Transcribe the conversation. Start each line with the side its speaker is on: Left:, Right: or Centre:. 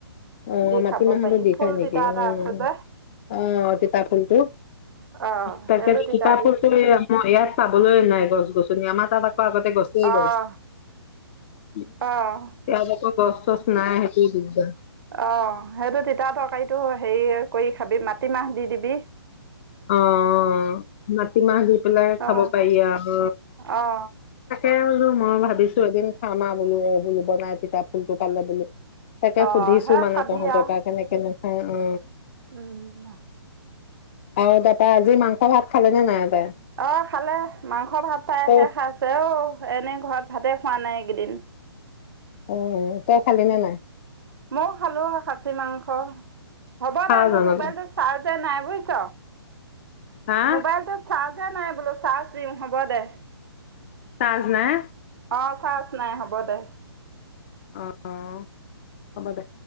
Left: অ
Right: দি
Left: মাটিমাহতো
Right: খাব পাৰি
Left: দি
Right: ফুল
Left: খাই নেকি
Right: তিতা এটা
Left: উম
Right: আছে যে
Left: অহ তিতা ফুলটো
Right: অঁ
Left: তাকে
Right: সেইটো তিতা
Left: কিতাপত
Right: দি
Left: মই ইয়াত চাবলৈ নাই গছ উম আমাৰ তাত আকৌ আগতে গছেই
Right: অঁ
Left: গছ ইয়াত
Right: অঁ
Left: আকৌ গছ চছ নাই সেইটোয়ে দিগদাৰ
Right: অ সেইটো তিতা তৰকাৰীটো হেৰি কৰি খাবি মাটিমাহ দি দিবি
Left: অ', মাটিমাহ দি পেলাই খাব
Right: অ
Left: পাৰি আৰু
Right: অ
Left: তাকে বোলো মই ভাবিছো এদিন খামা বোলো বোলো বনাই তিতা ফুল টো পালে বোলো তাকে
Right: অঁ
Left: সুধিছো
Right: সেয়া
Left: কিমানপা
Right: খাবি
Left: হ'ব
Right: আৰু
Left: <unintelligible> কেনেকেনো অ অ
Right: উম
Left: অ তাপা আজি মাংস ভাত খালে নে নাই তাই?
Right: অ খালে মাংস ভাত পাইহে
Left: তই
Right: খাইছে অঔ এনেই ঘৰত ভাতে খোৱা নাই এইকেইদিন
Left: অ তই খালি নে নাই
Right: মই খালো খাচী মাংস হ'ব
Left: খাওঁ
Right: দে মোৰ
Left: জানো,
Right: মোবাইলটো চাজে নাই বুইচ
Left: হা
Right: মোবাইলটো চাজে নাই বোলো দিম হ'ব দে
Left: চাজ নাই
Right: অ চাজ নাই হ'ব দে
Left: অ অ হব দে